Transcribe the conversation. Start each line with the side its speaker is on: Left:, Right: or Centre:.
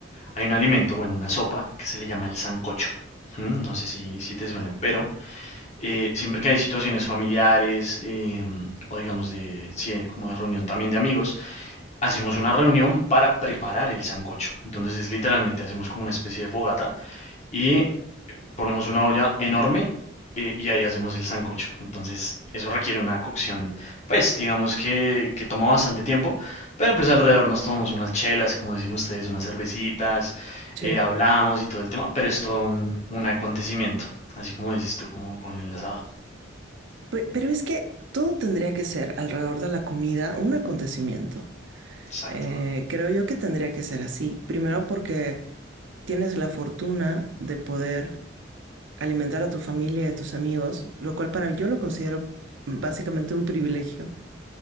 Left: hay un alimento, bueno, una sopa que se le llama el sancocho. Mm, No sé si, si te suena, pero eh, siempre que hay situaciones familiares eh, o digamos de, sí, de como de reunión también de amigos, hacemos una reunión para preparar el sancocho. Entonces es literalmente hacemos como una especie de fogata y ponemos una olla enorme eh, y ahí hacemos el sancocho. Entonces, eso requiere una cocción, pues digamos que, que toma bastante tiempo, pero pues alrededor nos tomamos unas chelas, como dicen ustedes, unas cervecitas,
Right: Sí.
Left: eh, hablamos y todo el tema, pero es todo un, un acontecimiento, así como dices tú, como con el asado.
Right: Pe- Pero es que todo tendría que ser alrededor de la comida un acontecimiento.
Left: Exacto.
Right: Eh, creo yo que tendría que ser así. Primero porque tienes la fortuna de poder alimentar a tu familia y a tus amigos, lo cual para mí yo lo considero básicamente un privilegio,